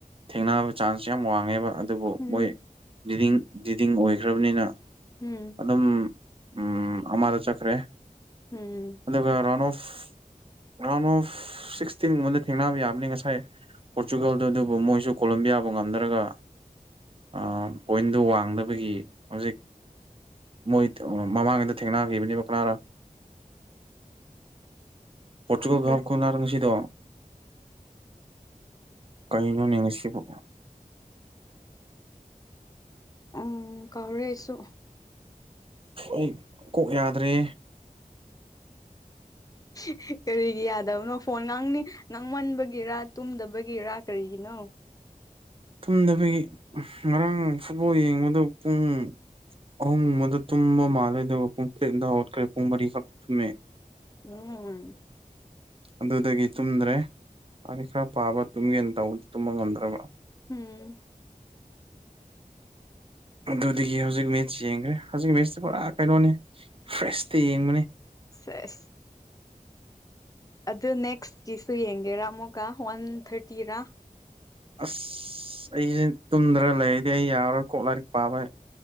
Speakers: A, on the right; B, on the left.
A: ꯊꯦꯡꯅꯕ ꯆꯥꯟꯁ ꯌꯥꯝ ꯋꯥꯡꯉꯦꯕ ꯑꯗꯨꯕꯨ
B: ꯎꯝ
A: ꯃꯣꯏ ꯗꯤꯗꯤꯡ ꯗꯤꯗꯤꯡ ꯑꯣꯏꯈ꯭ꯔꯕꯅꯤꯅ
B: ꯎꯝ
A: ꯑꯗꯨꯝ ꯎꯝ ꯑꯃꯥꯗ ꯆꯠꯈ꯭ꯔꯦ
B: ꯎꯝ
A: ꯑꯗꯨꯒ ꯔꯅ ꯑꯣꯐ
B: <inaudible>
A: ꯔꯥꯎꯟ ꯑꯣꯐ ꯁꯤꯛꯁꯇꯤꯟꯒꯨꯝꯕꯗ ꯊꯦꯡꯅꯕ ꯌꯥꯕꯅꯤ ꯉꯁꯥꯏ ꯄꯣꯔꯇꯨꯒꯜꯗꯨ ꯑꯗꯨꯕꯨ ꯃꯣꯏꯁꯨ ꯀꯣꯂꯝꯣꯕꯤꯌꯥꯕꯨ ꯉꯝꯗꯔꯒ ꯑꯥ ꯄꯣꯏꯟꯗꯣ ꯋꯥꯡꯗꯕꯒꯤ ꯍꯧꯖꯤꯛ ꯃꯣꯏ ꯃꯃꯥꯡꯒꯤꯗ ꯊꯦꯡꯅꯈꯤꯕꯅꯦꯕ ꯀꯅꯥꯔ ꯄꯣꯔꯇꯨꯒꯜ
B: ꯈꯪꯗ꯭ꯔꯦ
A: ꯈꯨꯜꯅ ꯉꯁꯤꯗꯣ ꯀꯔꯤꯅꯣꯅꯦ ꯉꯁꯤꯕꯣ
B: ꯎꯝ ꯀꯥꯎꯔꯦ ꯑꯩꯁꯨ
A: ꯑꯩ ꯀꯣꯛ ꯌꯥꯗ꯭ꯔꯦ
B: ꯍꯤꯍꯤ ꯀꯔꯤꯒꯤ ꯌꯥꯗꯕꯅꯣ ꯐꯣꯟ ꯉꯥꯡꯅꯤ ꯉꯥꯡꯃꯟꯕꯒꯤꯔꯥ ꯇꯨꯝꯗꯕꯒꯤꯔꯥ ꯀꯔꯤꯒꯤꯅꯣ ꯍꯣ
A: ꯇꯨꯝꯗꯕꯒꯤ ꯉꯔꯥꯡ ꯐꯨꯠꯕꯣꯜ ꯌꯦꯡꯕꯗꯣ ꯄꯨꯡ ꯑꯍꯨꯝ ꯃꯗ ꯇꯨꯝꯕ ꯃꯥꯜꯂꯦꯗꯣꯄꯨꯡ ꯇꯔꯦꯠ ꯇ ꯍꯧꯠꯈ꯭ꯔꯦ ꯄꯨꯡ ꯃꯔꯤꯈꯛ ꯇꯨꯝꯃꯦ
B: ꯎꯝ
A: ꯑꯗꯨꯗꯒꯤ ꯇꯨꯝꯗ꯭ꯔꯦ ꯂꯥꯏꯔꯤꯛ ꯈꯔ ꯄꯥꯕ ꯇꯨꯝꯒꯦꯅ ꯇꯧꯕ ꯇꯨꯝꯕ ꯉꯝꯗ꯭ꯔꯕ
B: ꯎꯝ
A: ꯑꯗꯨꯗꯒꯤ ꯍꯧꯖꯤꯛ ꯃꯦꯠꯁ ꯌꯦꯡꯈ꯭ꯔꯦ ꯍꯧꯖꯤꯛ ꯃꯦꯠꯁꯇꯤ ꯄꯨꯔꯥ ꯀꯩꯅꯣꯅꯤ ꯐ꯭ꯔꯦꯁꯇ ꯌꯦꯡꯕꯅꯤ
B: ꯁꯦꯁ ꯑꯗꯨ ꯅꯦꯛꯁꯀꯤꯁꯨ ꯌꯦꯡꯒꯦꯔꯥ ꯑꯃꯨꯛꯀ ꯋꯥꯟ ꯊꯥꯔꯇꯤꯔꯥ
A: ꯑꯁ ꯑꯩꯁꯦ ꯇꯨꯝꯗ꯭ꯔ ꯂꯩꯔꯗꯤ ꯑꯩ ꯌꯥꯔꯔꯣꯏ ꯀꯣꯛ ꯂꯥꯏꯔꯤꯛ ꯄꯥꯕ